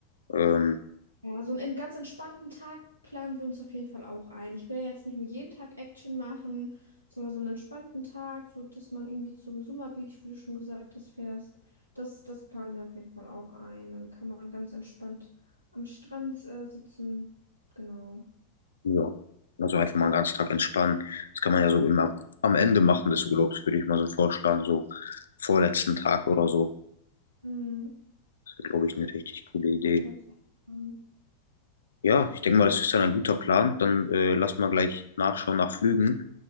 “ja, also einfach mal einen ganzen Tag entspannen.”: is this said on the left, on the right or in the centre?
Left